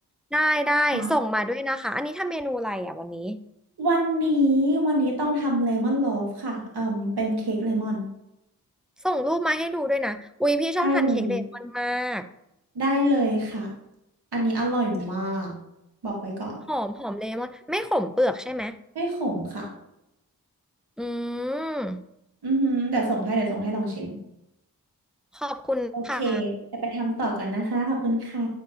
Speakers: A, in the centre; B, on the right.
A: ได้ได้ส่งมาด้วยนะคะอันนี้ทำเมนูอะไรอ่ะวันนี้
B: ค่ะวันนี้วันนี้ต้องทำเลมอนโลฟค่ะเอ่มเป็นเค้กเลมอน
A: ส่งรูปมาให้ดูด้วยนะอุ้ยพี่ชอบทานเค้กเลมอนมาก
B: ได้เลยได้เลยค่ะอันนี้อร่อยมากบอกไว้ก่อน
A: หอมหอมเลมอนไม่ขมเปลือกใช่ไหม
B: ไม่ขมค่ะ
A: อืม
B: อือหือเดี๋ยวส่งให้เดี๋ยวส่งให้ลองชิม
A: ขอบคุณค่ะ
B: โอเคเดี๋ยวไปทำต่อก่อนนะคะขอบคุณค่ะ